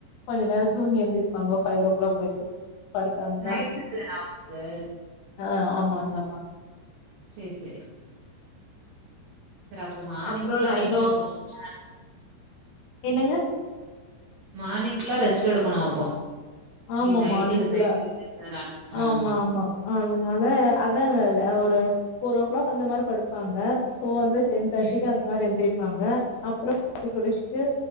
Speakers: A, on the left; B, on the right.
A: கொஞ்ச நேர தூங்கி எந்திருப்பாங்க ஃபைவ் ஓ கிளாக் வரைக்கு. படுத்தாங்கன்னா
B: நயிட்ஷிபிட்டுதானா அவுனுக்கு.
A: ஆ ஆமாங்க ஆமாங்க.
B: சேச்ரி சேச்ரி. சேரி அப்போ மார்னிங்
A: அப்புறோ
B: ஃபுல்லா
A: நைனோ
B: ரெஸ்ட் எடுக்கணுங்களா.
A: என்னங்க.
B: மார்னிங் ஃபுல்லா ரெஸ்ட்டுக்கணும் அப்போ.
A: ஆமா
B: எ நைட்டு
A: மார்னிங் ஃபுல்லா
B: நைட் ஷிட்டு இருக்குறதுநாள ஆம்மா.
A: ஆமா ஆமா அதனால அதான்ங்க ஒரு போரோஓ கிளாக் அந்த மாரி படுப்பாங்க. இப்ப வந்து டென் தேர்டிக்கு
B: ம்
A: அந்த மாரி எந்திரிப். ப்பாங்க அப்ரோ போய் குளிச்சுட்டு